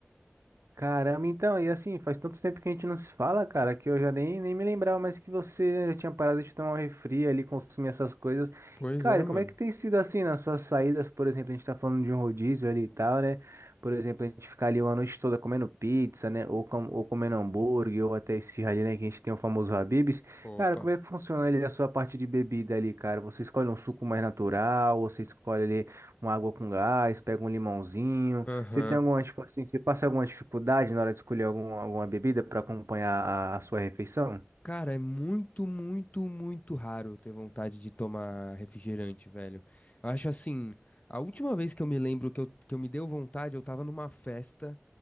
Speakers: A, on the right; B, on the left.
A: Caramba, então, e assim, faz tanto tempo que a gente não se fala, cara, que eu já nem, nem me lembrava mais que você né, já tinha parado de tomar um refri ali, consumir essas coisas.
B: Pois
A: Cara,
B: é, mano.
A: como é que tem sido assim nas suas saídas, por exemplo, a gente tá falando de um rodízio ali e tal, né? Por exemplo, a gente ficar ali uma noite toda comendo pizza, né? Ou, com, ou comendo hambúrguer, ou até esfirra ali, né? Que a gente tem o famoso Habib's.
B: Opa.
A: Cara, como é que funciona ali a sua parte de bebida ali, cara? Você escolhe um suco mais natural, ou você escolhe ali uma água com gás, pega um limãozinho.
B: Aham.
A: Você tem alguma, tipo assim, você passa alguma dificuldade na hora de escolher algum, alguma bebida para acompanhar a, a sua refeição?
B: Cara, é muito, muito, muito raro ter vontade de tomar refrigerante, velho. Eu acho assim, a última vez que eu me lembro que eu, que eu me deu vontade, eu tava numa festa,